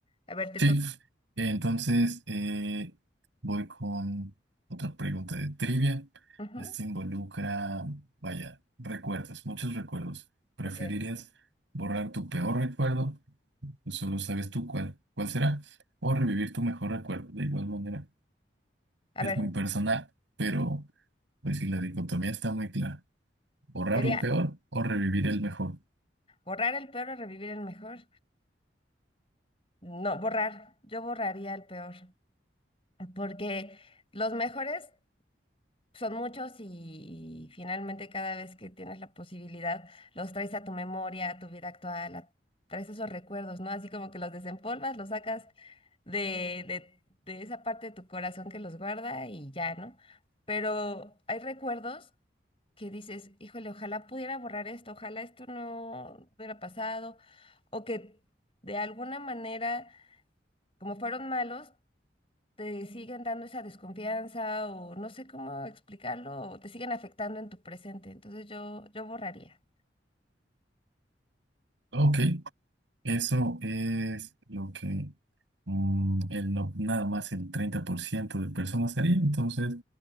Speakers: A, on the left (about 30°); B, on the right (about 80°).
A: a ver, te
B: Sí,
A: toca.
B: entonces eh, voy con otra pregunta de trivia.
A: Ujú.
B: Este involucra, vaya, recuerdos, muchos recuerdos. ¿Preferirías
A: Ok.
B: borrar tu peor recuerdo? pues, Solo sabes tú cuál, cuál será. O revivir tu mejor recuerdo. De igual manera,
A: A
B: es
A: ver,
B: muy personal, pero pues si la dicotomía está muy clara. Borrar
A: sería
B: lo peor o revivir el mejor.
A: Borrar el peor o revivir el mejor. No, borrar. Yo borraría el peor. Porque los mejores son muchos y finalmente cada vez que tienes la posibilidad, los traes a tu memoria, a tu vida actual, a- traes esos recuerdos, ¿no? Así como que los desempolvas, los sacas de, de, de esa parte de tu corazón que los guarda y ya, ¿no? Pero hay recuerdos que dices, híjole, ojalá pudiera borrar esto, ojalá esto no hubiera pasado, o que de alguna manera, como fueron malos, te siguen dando esa desconfianza o no sé cómo explicarlo, o te siguen afectando en tu presente. Entonces yo, yo borraría.
B: Ok, eso es lo que mm, el no- nada más el 30% de personas haría. Entonces,